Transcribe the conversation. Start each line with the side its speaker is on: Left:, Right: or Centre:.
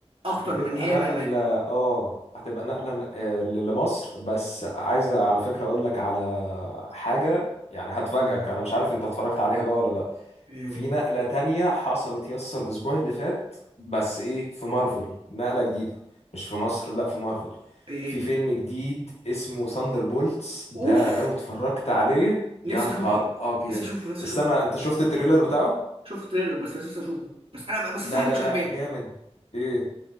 Right: اكتر
Left: هتبقى
Right: من هي
Left: نقلة
Right: ما
Left: اه هتبقى نقلة آه، ل- لمصر بس عايزة على فكرة اقول لك على حاجة يعني هتفاجئك
Right: ما-
Left: انا مش عارف انت اتفرجت عليها بقى ولا لا
Right: ايه هو
Left: في نقلة تانية حصلت يس الاسبوع اللي فات بس ايه في مارفل نقلة جديدة مش في مصر لا في مارفل
Right: ايه هي
Left: في فيلم جديد اسمه ثاندر بولتس ده
Right: اوف
Left: لو اتفرجت عليه
Right: نفسي
Left: يا نهار
Right: اشوفه
Left: ابيض
Right: نفسي اشوفه نفسي
Left: استنى
Right: اشوفه
Left: انت شفت التريلر بتاعه
Right: شفت التريلر بس بس نفسي اشوفه بس انا بس
Left: لا
Right: في حاجه
Left: لا
Right: مش
Left: لا
Right: عجباني
Left: جامد ايه